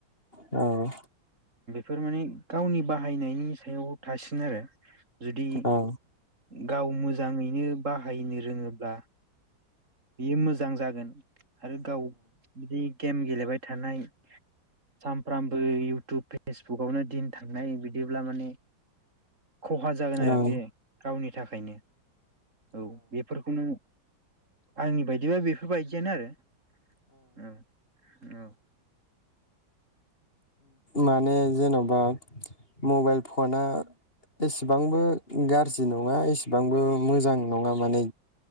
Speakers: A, on the left (about 30°); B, on the right (about 40°).
A: औ
B: बेफोर माने गावनि बाहायनायनि स याव थासिन आरो। जुदि
A: औ
B: गाव मोजाङैनो बाहायनो रोङोब्ला बियो मोजां जागोन आरो गाव बिदि गेम गेलेबाय थानाय सानफ्रामबो इउटुब फेसबुकावनो दिन थांनाय बिदिब्ला माने खहा जागोन आरो
A: औ
B: बे गावनि थाखायनो औ बेफोरखौनो आंनि बायदिबा बेफोरबायदि जेन आरो औ औ
A: माने जेनबा मबाइल फना एसेबांबो गाज्रि नङा एसेबांबो मोजां नङा माने।